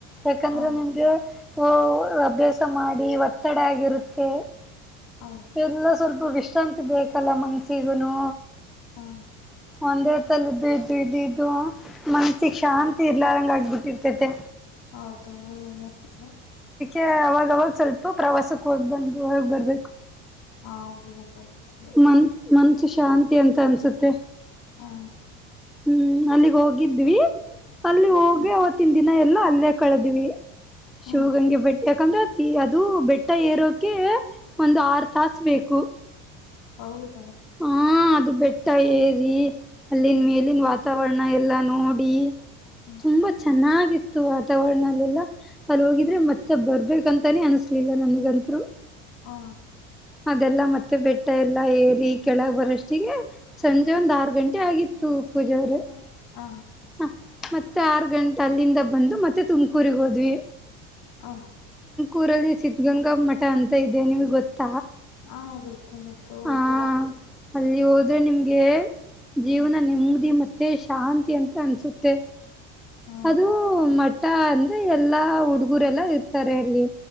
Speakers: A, in the centre; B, on the left (about 55°).
A: ಯಾಕಂದ್ರೆ
B: ಹ
A: ನಿಮಗೆ. ಓ ಅಭ್ಯಾಸ ಮಾಡಿ ಒತ್ತೆಡೆ ಆಗಿರುತ್ತೆ.
B: ಹ
A: ಎಲ್ಲ ಸ್ವಲ್ಪ ವಿಷ್. ಷ್ಟಂತ್ ಬೇಕಲ್ಲ ಮನ್ಸಿಗುನು.
B: ಹಾ.
A: ಒಂದೇ ತಲ್ದು ಇದು ಇದು ಇದು ಮನ್ಸ್ಸಿಿಗೆ ಶಾಂತಿ ಇರ್ಲಾರಂಗ ಆಗ್ಬಿಟ್ಟಿರ್ತತೆ.
B: ಹೌದೌದು.. <inaudible>
A: ೆ ಅವಾಗವಾಗ ಸ್ವಲ್ಪ ಪ್ರವಾಸಕ್ಕೆ ಹೋಗ್ ಬಂದ ಹೋಗ್ ಬರ್ಬೇಕು.
B: ಹಾ. ಬರ್ತೀವಿ
A: ಮನ್ ಮನಸ್. ಶಾಂತಿ ಅಂತ ಅನ್ಸುತ್ತೆ.
B: ಹಾ.
A: ಹ್ಮ್ ಅಲ್ಲಿಗೆ ಹೋಗಿದ್ವಿ. ಅಲ್ಲಿ ಹೋಗ
B: ಹ್ಮ್
A: ಅವತ್ತನ್. ದಿನ ಎಲ್ಲಾ ಅಲ್ಲೇ ಕಳದಿವವಿ.
B: ಹ್ಮ್
A: ಶಿವ ಗಂಗೆ ಬಟ್. ಯಾಕಂದ್ರೆ ಅ ಅದು ಬೆಟ್ಟ ಏರೋಕೆ ಒಂದ್ ಆರ್ ತಾಾಸ ಬೇಕು.
B: ಹೌದ್.
A: ಹಾ ಅದು ಬೆಟ್ಟ ಏ. ರೀ. ಅಲ್ಲಿನ್
B: ಹ್ಮ್
A: ಮೇಲಿನ ವಾತ್. ತವರ್ಣ ಎಲ್ಲಾ ನೋಡಿ.
B: ಹ್ಮ್
A: ತುಂಬಾ ಚೆನ್ನಾಗ್. ಇತ್ತು ವಾತಾವರಣಲ್ಲೆಲ್ಲ. ಅಲ್ಲಿ ಹೋಗಿದ್ರೆ
B: ಹ್ಮ್
A: ಮತ್ತೆ ಬರ್ಬೇಕ್. ಕಾಂತನೆ ಅಸ್. ತಿಲ್ಲ ನನಗಂತರು.
B: ಹಾ.
A: ಅದೆಲ್ಲ ಮತ್ತೆ ಬೆ ಟ್ಟ ಎಲ್ಲ ಏರಿ ಕೆಳಗ್ ಬರ ಅ ತಿಗೆ. ಸಂಜೆ ಒಂದ್ ಆರು ಗಂಟೆ ಆಗಿತ್. ತುಬ್. ಪೂಜಾ ಅವ್ರೆ.
B: ಹ
A: ಹ ಮತ್ತೆ ಆರು ಗಂಟ್. ಅಲ್ಲಿಂದ ಬಂದು ಮತ್ತೆ ತುಮಕೂರಿಗೆ ಹೋದ್ವಿ
B: ಆ
A: ೂರಲ್ಲಿ ಸಿದ್ಧಗಂಗಾ ಮಠ ಅಂತ ಇದೆ ನಿಮ್ಗೆ ಗೊತ್ತ
B: ಹ ಗೊತ್ತಾಗತ್ತು
A: ಹ
B: ಹೋಗಿದ್ವಿ
A: ಅಲ್ಲಿ ಅದು ನಿಮ್ಗೆ ಜೀವನ
B: ಹ್ಮ್
A: ನಿೆಮ್ಮಗ್ದಿ ಮತ್ತೆ ಶಾಂತಿ ಅಂತ ಅನ್ಸುತ್ತೆ
B: ಹಾ
A: ಅದು ಮ ಊಟ ಅಂದ್ರೆ ಎಲ್ಲಾ ಹುಡುಗರೆಲ್ಲಾ ಇರ್ತಾರೆ ಅಲ್ಲಿ